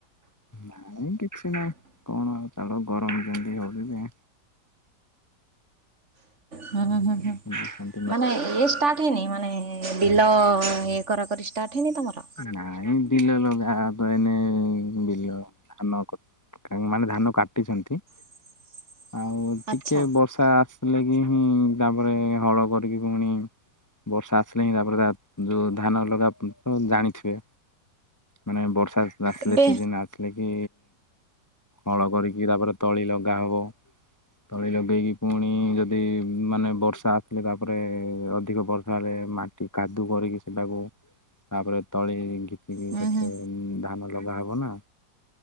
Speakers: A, on the left (about 25°); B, on the right (about 40°).
A: ନାଇଁ କିଛି ନାଇଁ କଣ ଆଉ ଛାଡ ଗରମ ଯେମତି ହୋଉିଚ ଯେ
B: ହୁଁ ହୁଁ ହୁଁ
A: ଓ
B: ହୁଁ
A: ହୋଉ।
B: ମାନେ ଇଏ ଷ୍ଟାର୍ଟ ହେଇନି ମାନେ ବିଲ ଇଏ କରା କରି ଷ୍ଟାର୍ଟ ହେଇନି ତମର?
A: ନାଇଁ ବିଲ ଲଗା ପା ଏଇନେ ବିଲ ଧାନ କ କେଉମାନେ ଧାନ କାଟିଚନ୍ତ।
B: <unintelligible>
A: ଆଉ
B: ଆଚ୍ଛା
A: ଟିକେ ବର୍ଷା ଆସିଲେ କି ହୁଁ ତାପରେ ହଳ କରିକି ପୁଣି। ବର୍ଷା ଆସିଲେ ହିଁ ତାପରେ ତା ଯୋଉ ଧାନ ଲଗା ତ ଜାଣିଥିବେ। ମାନେ ବର୍ଷା ଆସଲା ସିଲେ
B: ଏବେ
A: ସିଜିନ ଆସ ନେଇକି ହଳ କରିକି ତାପରେ ତଳି ଲଗାହବ। ତଳି ଲଗେଇକି ପୁଣି ଯଦି ମାନେ ବର୍ଷା ଆସିଲେ ତାପରେ ଅଧିକ ବର୍ଷା ହେଲେ ମାଟି କାଦୁଅ କରିକି ସେଠାକୁ ତାପରେ ତଳି ହେଇକି ବି
B: ହୁଁ
A: କେତେବେଳେ
B: ହୁଁ
A: ଧାନ ଲଗାହବ ନା